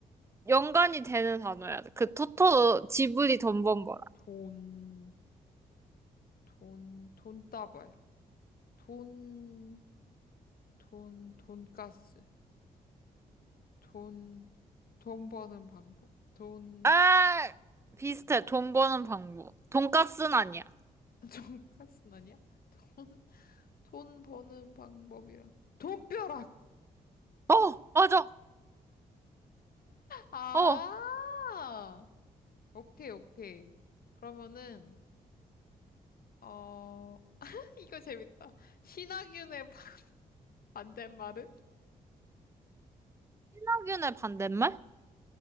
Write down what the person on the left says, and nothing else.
돈, 돈, 돈다발. 돈, 돈, 돈가스. 돈, 돈 버는 방법. 돈,
티,
<laughs> 돈가스는 아니야? 돈, 돈 버는 방법이랑. 돈벼락!
아!
오케이, 오케이. 그러면은, 어, <laughs> 이거 재밌다. 신하균의 반- 반대말은?